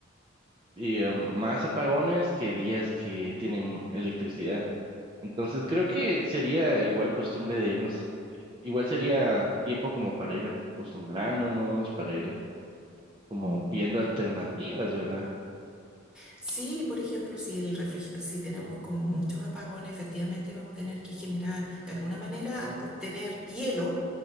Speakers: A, on the right; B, in the centre.
A: eh, más apagones que días que tienen electricidad. Entonces creo que sería igual costumbre de irnos, igual sería tiempo como para ir acostumbrándonos, para ir como
B: mm.
A: viendo alternativas, ¿verdad?
B: Sí, por ejemplo, si el refrigi- si tenemos como muchos apagones, efectivamente vamos a tener que generar de alguna manera obtener hielo